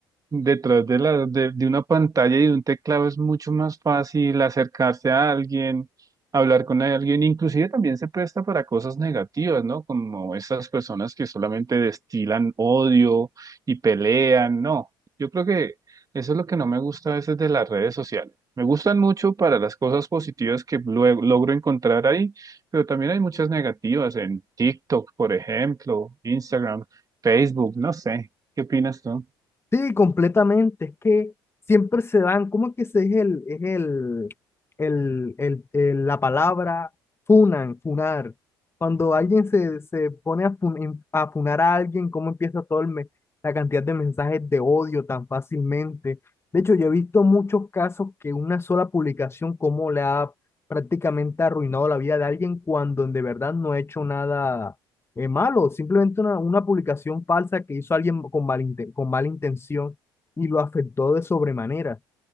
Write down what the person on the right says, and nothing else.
detrás de la, de, de una pantalla y de un teclado es mucho más fácil acercarse a alguien, hablar con alguien, inclusive también se presta para cosas negativas, ¿no? Como esas personas que solamente destilan odio y pelean, no. Yo creo que eso es lo que no me gusta a veces de las redes sociales. Me gustan mucho para las cosas positivas que luego logro encontrar ahí, pero también hay muchas negativas en TikTok, por ejemplo, Instagram, Facebook, no sé. ¿Qué opinas tú?